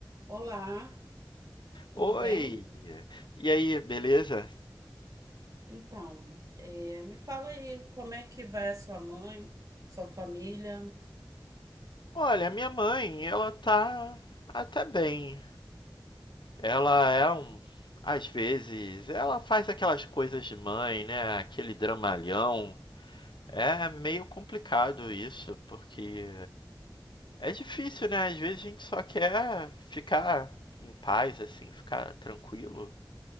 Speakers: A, on the right (about 45°); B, on the left (about 80°).
A: Olá, tudo
B: Oi,
A: bem?
B: e aí, beleza?
A: Então, eh, me fala aí como é que vai a sua mãe, sua família?
B: Olha, minha mãe, ela tá até bem. Ela é um. Às vezes, ela faz aquelas coisas de mãe, né? Aquele dramalhão. É meio complicado isso, porque é difícil, né? Às vezes a gente só quer ficar em paz, assim, ficar tranquilo.